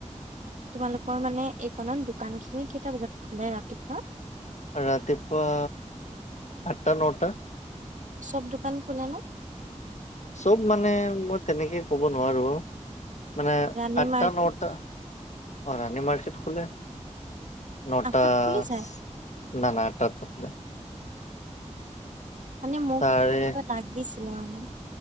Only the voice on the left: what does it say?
ৰাতিপুৱা আঠা, নটা।
চব মানে, মই তেনেকে ক'ব নোৱাৰো অ', মানে
আঠটা
নটা অ' ৰাণী মাৰ্কেট খোলে নটা
না,
না আঠটাত নোখোলে।
চাৰে